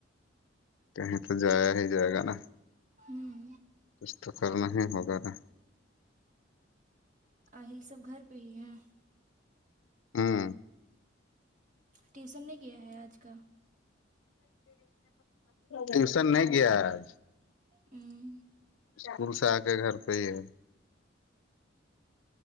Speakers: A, on the left; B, on the right.
A: کہیں تو جایا ہی جائے گا نا
B: ہہم
A: کچھ تو کرنا ہی ہوغیرہ
B: آہل سب گھر پہ ہی ہے
A: ہہم
B: ٹیوسن نے کیا ہے آج کا
A: ٹیوشن نہیں گیا آج
B: ہہم
A: اسکول سے آ کے گھر پہ ہی ہے